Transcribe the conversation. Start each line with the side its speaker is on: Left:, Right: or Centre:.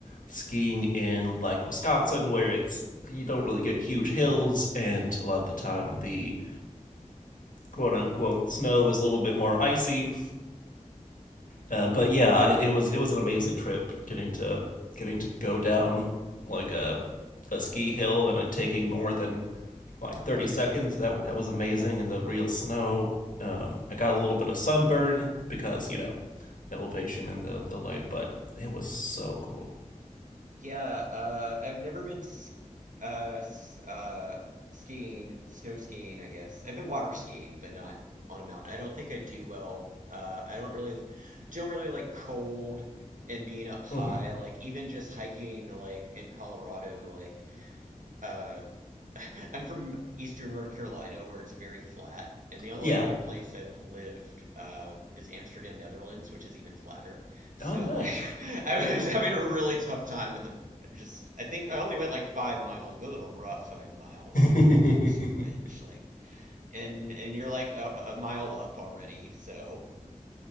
Left: skiing in like Wisconsin, where it's you don't really get huge hills, and a lot of the time the quote unquote snow is a little bit more icy. Uh, but yeah,
Right: Yeah.
Left: I, it was it was an amazing trip getting to getting to go down like a a ski hill and it taking more than like 30 seconds. That that was amazing
Right: <laughs>
Left: and the real snow. Um, I got a little bit of sunburn because you know the elevation and the the light, but it was so cool.
Right: Yeah, uh, I've never been s- uh, s- uh, skiing, snow skiing, I guess. I've been water skiing, but not on a mountain. I don't think I do well. Uh, I don't really, don't really like cold and being up high.
Left: hmm
Right: Like even just hiking, like in Colorado, like uh, <laughs> I'm from Eastern North Carolina, where it's very flat, and the only
Left: Yeah.
Right: other place I've lived uh, is Amsterdam, Netherlands, which is even flatter. So
Left: Oh, nice.
Right: like, <laughs> I was having a really tough time with the just. I think I only went like five miles, a little rough five miles, like
Left: <laughs>
Right: around Dinosaur Ridge, like, and and you're like a, a mile up already. So,